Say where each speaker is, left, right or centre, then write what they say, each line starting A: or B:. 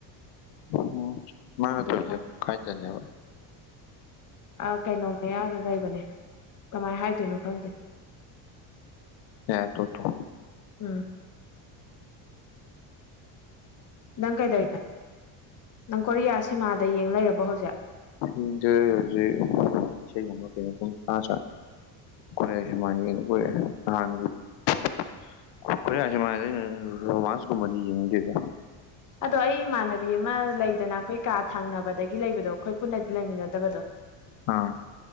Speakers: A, on the left; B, on the left.
A: ꯎꯝ ꯃꯥꯅ
B: ꯑꯗꯨ
A: ꯇꯧꯋꯤꯖꯦ
B: ꯃꯣꯏ
A: ꯀꯥꯏꯗꯅꯦꯕ
B: ꯑ ꯀꯩꯅꯣ ꯃꯌꯥꯗ ꯂꯩꯕꯅꯦ ꯀꯃꯥꯏ ꯍꯥꯏꯗꯣꯏꯅꯣ ꯈꯪꯗꯦ
A: <unintelligible>
B: ꯎꯝ ꯅꯪ ꯀꯩꯗꯧꯔꯤꯅꯣ ꯅꯪ ꯀꯣꯔꯤꯌꯥ ꯁꯤꯃꯥꯗ ꯌꯦꯡ ꯂꯩꯔꯕꯣ ꯍꯧꯖꯤꯛ
A: ꯌꯦꯡꯗ‌꯭ꯔꯦ ꯍꯨꯖꯤꯛ ꯏꯁꯩꯒꯨꯝꯕ ꯀꯩꯒꯨꯝꯕ ꯁꯨꯝ ꯇꯥ <unintelligible> ꯀꫭꯔꯤꯌꯥꯟ ꯁꯤꯃꯥ ꯌꯦꯡꯕꯒ <unintelligible> ꯀꫭꯔꯤꯌꯥꯟ ꯁꯤꯃꯥꯗꯤ <unintelligible> ꯔꯣꯃꯥꯟꯁꯀꯨꯝꯕꯗꯤ ꯌꯦꯡꯅꯤꯡꯗꯦꯗ
B: ꯑꯗꯣ ꯑꯩ ꯏꯃꯥꯟꯅꯕꯤ ꯑꯃ ꯂꯩꯗꯅ ꯑꯈꯣꯏ ꯀꯥ ꯊꯡꯅꯕꯗꯒꯤ ꯂꯩꯕꯗꯣ ꯑꯈꯣꯏ ꯄꯨꯟꯅꯗꯤ ꯂꯩꯃꯤꯟꯅꯗꯕꯗꯣ <inaudible>
A: ꯑ